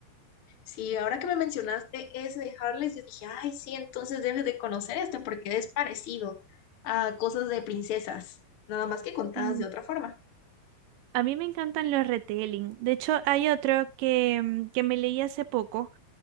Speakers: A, on the left; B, on the right.
A: Sí, ahora que me mencionaste ese de Harless, yo dije, ay, sí, entonces debes de conocer este porque es parecido a cosas de princesas, nada más que contadas
B: Mm.
A: de otra forma.
B: A mí me encantan los retelling. De hecho, hay otro que, mm, que me leí hace poco